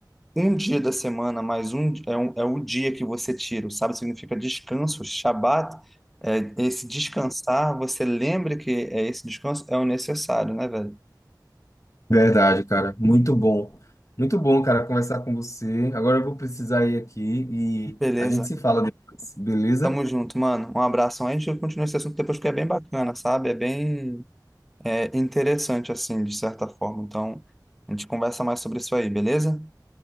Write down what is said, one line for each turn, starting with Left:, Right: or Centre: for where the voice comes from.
Centre: um dia da semana mais um é, um- é o dia que você tira. O sábado significa descanso. Shabat é esse descansar. Você lembra que é esse descanso é o necessário, né, velho?
Left: Verdade, cara. Muito bom. Muito bom, cara, conversar com você. Agora eu vou precisar ir aqui e
Centre: Beleza.
Left: a gente se fala depois, beleza?
Centre: Tamo junto, mano. Um abração. A gente continua esse assunto depois porque é bem bacana, sabe? É bem é, interessante, assim, de certa forma. Então, a gente conversa mais sobre isso aí, beleza?